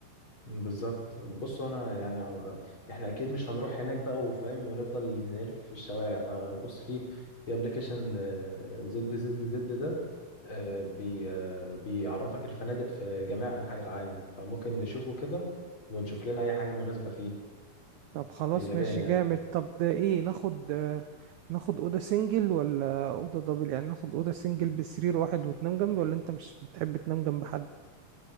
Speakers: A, on the left; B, on the right.
A: بالظبط بص انا يعني آه، احنا اكيد مش هنروح هناك بقى وفاهم ونفضل نلف في الشوارع فبص في في ابلكيشن زد زد زد ده آه، بي آه، بيعرفك الفنادق في جميع انحاء العالم فممكن نشوفه كده ونشوف لنا اي حاجة مناسبة فيه
B: طب خلاص
A: في اليابان
B: ماشي
A: يعني
B: جامد طب ده ايه ناخد آه، ناخد اوضه سنجل ولا اوضه دبل يعني ناخد اوضه سنجل بسرير واحد وتنام جنبي ولا انت مش بتحب تنام جنب حد